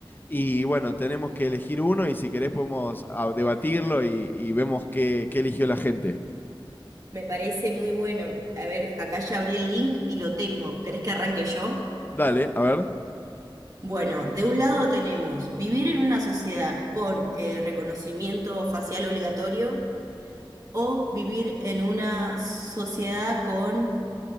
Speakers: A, on the left; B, on the right.
A: y bueno, tenemos que elegir uno y si querés podemos ah, debatirlo y, y vemos qué, qué eligió la gente.
B: Me parece muy bueno. A ver, acá ya abrí el link y lo tengo. ¿Querés que arranque yo?
A: Dale, a ver.
B: Bueno, de un lado tenemos vivir en una sociedad con eh, reconocimiento facial obligatorio o vivir en una sociedad con,